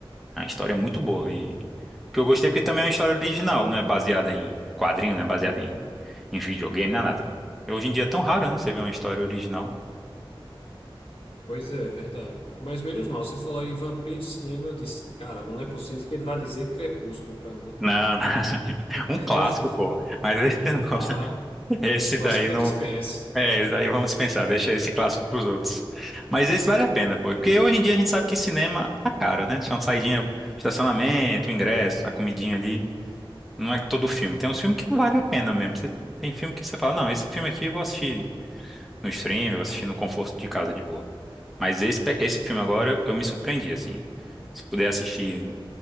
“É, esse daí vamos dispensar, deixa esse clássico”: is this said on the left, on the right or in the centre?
Centre